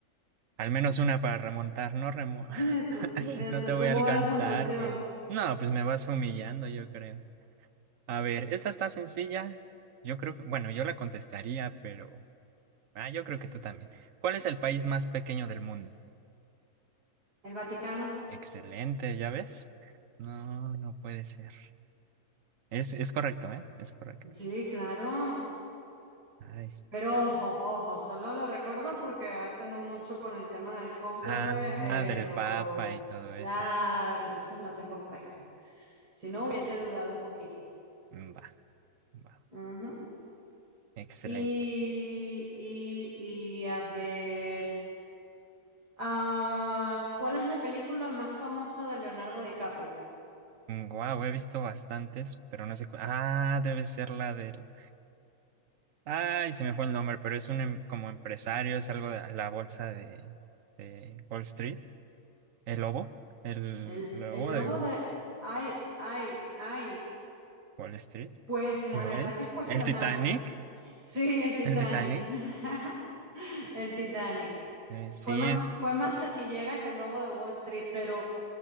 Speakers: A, on the right; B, on the right.
A: al menos una para remontar, no remo.
B: <laughs> eso,
A: <laughs>
B: eso.
A: No te voy
B: ¿Cómo
A: a alcanzar,
B: va la puntuación?
A: pero... No, pues me vas humillando, yo creo. A ver, esta está sencilla. Yo creo que, bueno, yo la contestaría, pero ah, yo creo que tú también. ¿Cuál es el país más pequeño del mundo?
B: ¿El Vaticano?
A: Excelente, ¿ya ves? No, no puede ser. Es, es correcto, ¿eh? Es correcto.
B: Sí, claro.
A: Ay.
B: Pero ojo, ojo, solo lo recuerdo porque hace no mucho con el tema del cónclave
A: Ah, del
B: eh, lo
A: Papa y todo eso.
B: claro, entonces la tengo fresca. Si no, hubiese dudado un poquito.
A: Mm, Va, va.
B: Ujú.
A: Excelente.
B: Y, y, y a ver, ah, ¿cuál es la película más famosa de Leonardo DiCaprio?
A: wow, he visto bastantes, pero no sé. cu- Ah, debe ser la del. Ay, se me fue el nombre, pero es un em- como empresario, es algo de la bolsa de, de Wall Street. El lobo, el
B: El,
A: lobo
B: el lobo
A: de
B: de... Ay, ay, ay.
A: Wall Street,
B: Pues la
A: ¿no
B: verdad
A: es?
B: que es cuestionable.
A: El Titanic,
B: Sí, el Titanic.
A: el Titanic,
B: <laughs> El Titanic.
A: eh, sí
B: Fue más,
A: es,
B: fue más taquillera que el Lobo de Wall Street, pero,